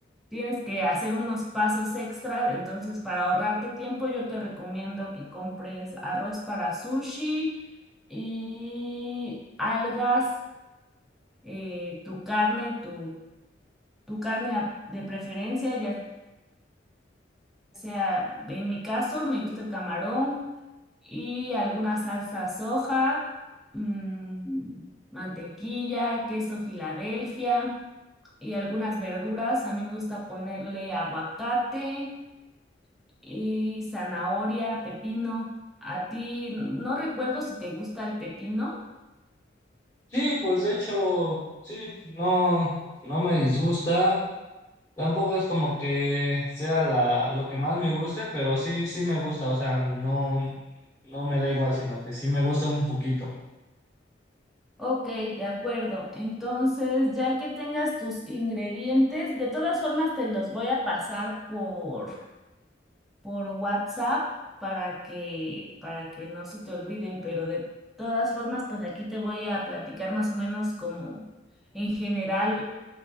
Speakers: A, in the centre; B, on the left.
A: tienes que hacer unos pasos extra. Entonces, para ahorrarte tiempo, yo te recomiendo que compres arroz para sushi y algas, eh, tu carne, tu, tu carne a- de preferencia, ya sea, en mi caso, me gusta el camarón y alguna salsa soja, mm, mantequilla, queso Filadelfia y algunas verduras. A mí me gusta ponerle aguacate y zanahoria, pepino. A ti no recuerdo si te gusta el pepino.
B: Sí, pues de hecho, sí, no, no me disgusta. Tampoco es como que sea la, lo que más me guste, pero sí, sí me gusta, o sea, no, no me da igual, sino que sí me gusta un poquito.
A: Ok, de acuerdo. Entonces, ya que tengas tus ingredientes, de todas formas te los voy a pasar por por WhatsApp para que, para que no se te olviden, pero de todas formas, pues aquí te voy a platicar más o menos como en general